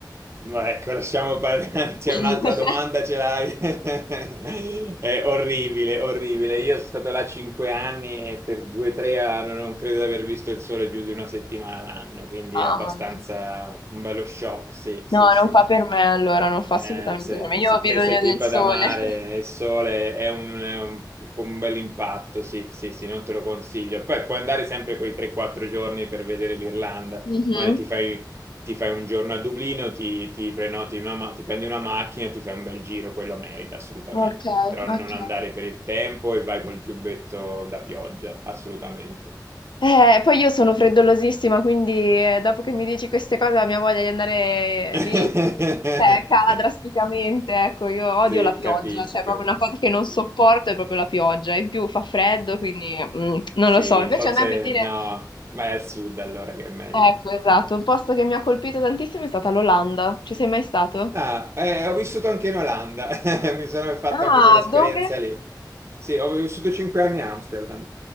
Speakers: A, on the right (about 35°); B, on the left (about 85°).
A: Ma Ecco, lasciamo parlare. <laughs> C'è
B: <laughs>
A: un'altra domanda, ce l'hai? <laughs> È orribile, orribile. Io sono stato là cinque anni e per due o tre anni non credo di aver visto il sole più di una settimana l'anno, quindi
B: Mamma
A: è abbastanza
B: mia.
A: un bello shock. Sì, sì,
B: No,
A: sì.
B: non fa per me allora, non fa assolutamente
A: Eh, se,
B: per me. Io
A: se
B: ho bisogno
A: te sei tipo
B: del sole.
A: ad amare
B: <laughs>
A: il sole è un, è un- un bel impatto, sì, sì, sì, non te lo consiglio. Poi puoi andare sempre quei 3-4 giorni per vedere l'Irlanda,
B: Mhm.
A: magari ti fai, ti fai un giorno a Dublino, ti, ti prenoti una, ma- ti prendi una macchina, ti fai un bel giro, quello merita assolutamente,
B: Ok,
A: però non
B: ok.
A: andare per il tempo e vai col giubbetto da pioggia, assolutamente.
B: Eh, poi io sono freddolosissima, quindi eh, dopo che mi dici queste cose la mia voglia di andare
A: <laughs>
B: eh, lì eh, cala drasticamente, ecco, io odio
A: Sì,
B: la pioggia,
A: capisco,
B: cioè proprio una cosa che
A: capisco.
B: non sopporto è proprio la pioggia, in più fa freddo,
A: Eh.
B: quindi mm, non
A: Sì,
B: lo so. Invece
A: forse
B: a me per dire,
A: no, vai al sud allora che è meglio.
B: ecco, esatto, un posto che mi ha colpito tantissimo è stata l'Olanda, ci sei mai stato?
A: Ah, eh, ho vissuto anche in Olanda, <laughs> mi sono fatto
B: Ah,
A: anche quell'esperienza
B: dove?
A: lì. Sì, ho vissuto cinque anni a Amsterdam